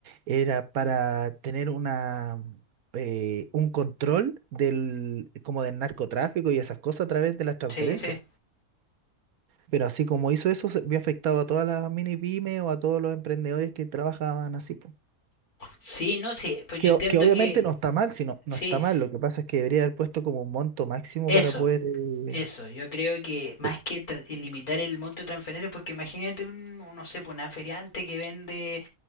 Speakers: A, on the right; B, on the left.
A: era para tener una, eh, un control del, como del narcotráfico y esas cosas a través de las transferencias.
B: Sí, sí.
A: Pero así como hizo eso, se vio afectado a todas las mini pymes o a todos los emprendedores que trabajaban así. po.
B: Sí, no, sí, pues yo
A: Que,
B: entiendo
A: o- que obviamente
B: que
A: no está mal, sino no
B: sí,
A: está mal. Lo que pasa es que debería haber puesto como un monto máximo
B: eso,
A: para poder. eh,
B: eso, yo creo que más
A: sí,
B: que tra- limitar el monto de transferencias, porque imagínate un, un, no sé, pues, una feriante que vende